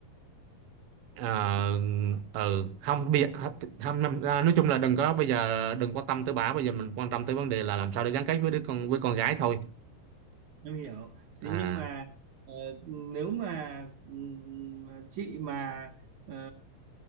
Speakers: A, on the right (about 80°); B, on the right (about 65°).
A: ờ ừ không bây giờ, không năm- à, nói chung là đừng có bây giờ đừng quan tâm tới bà bây giờ mình quan tâm tới vấn đề là làm sao để gắn kết với đứa con với con gái thôi
B: em hiểu thế
A: à
B: nhưng mà ờ, nếu mà ừm, chị mà ờ,